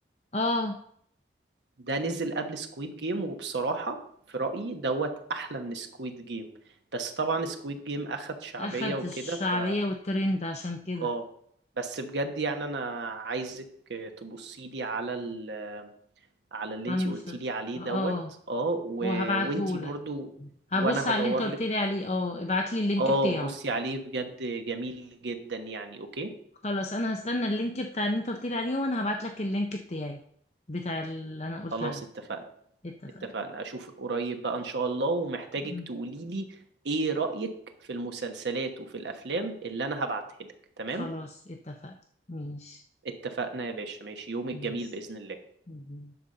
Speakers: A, on the left (about 35°); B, on the right (about 80°).
A: اه
B: ده نزل قبل سكويد جيم وبصراحة في رأيي دوت أحلى من سكويد جيم بس طبعا سكويد جيم أخد شعبية
A: اخد
B: وكده
A: الشعبيه
B: ف
A: والترند عشان كده
B: اه بس بجد يعني أنا عايزك تبصيلي على ال على اللي
A: عم
B: انتي
A: مس...
B: قلتيلي عليه
A: اه
B: دوت اه و...
A: وهبعته
B: وانتي برضو
A: لك هبص
B: وانا
A: على
B: هدورلك
A: اللي انت قلت لي عليه اه ابعت لي اللينك
B: اه
A: بتاعه
B: بصي عليه بجد جميل جدا يعني اوكي
A: خلاص انا هستنى اللينك بتاع اللي انت قلت لي عليه وانا هبعت لك اللينك بتاعي بتاع اللي انا قلت
B: خلاص
A: عليه
B: اتفقنا
A: اتفقنا
B: اتفقنا اشوفك قريب بقى ان شاء الله ومحتاجك
A: مم.
B: تقولي لي ايه رأيك في المسلسلات وفي الافلام اللي انا هبعتها لك تمام
A: خلاص اتفقنا ماشي
B: اتفقنا يا باشا ماشي يومك
A: ماشي
B: جميل بإذن الله
A: مم.